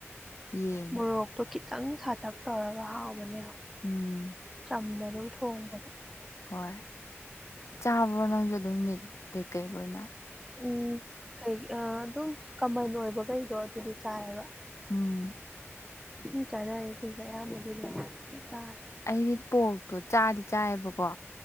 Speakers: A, on the left (about 80°); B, in the centre.
A: ꯌꯦꯡꯒꯦ
B: ꯃꯣꯔꯣꯛꯇꯣ ꯈꯤꯇꯪ ꯁꯥꯇꯛ ꯇꯧꯔꯒ ꯍꯥꯎꯕꯅꯦ ꯌꯥꯝ꯫
A: ꯎꯝ
B: ꯆꯝꯅ ꯑꯗꯨꯝ ꯊꯣꯡꯕꯗ
A: ꯍꯣꯏ ꯆꯥꯕ꯭ꯔꯣ ꯅꯪꯖꯨ ꯑꯗꯨꯝ ꯃꯤꯠ ꯀꯩꯀꯩ ꯂꯣꯏꯅ
B: ꯎꯝ ꯀꯩ ꯑꯗꯨꯝ ꯀꯃꯟ ꯑꯣꯏꯕꯈꯩꯗꯣ ꯑꯗꯨꯗꯤ ꯆꯥꯏꯕ
A: ꯎꯝ
B: ꯃꯤꯅ ꯆꯥꯟꯅꯔꯤꯁꯤꯡꯁ‌ꯦ ꯑꯌꯥꯝꯕ ꯂ‌ꯣꯏ ꯆꯥꯏ
A: ꯑꯩꯗꯤ ꯄꯣꯔꯛꯇꯣ ꯆꯥꯗꯤ ꯆꯥꯏꯌꯦꯕꯀꯣ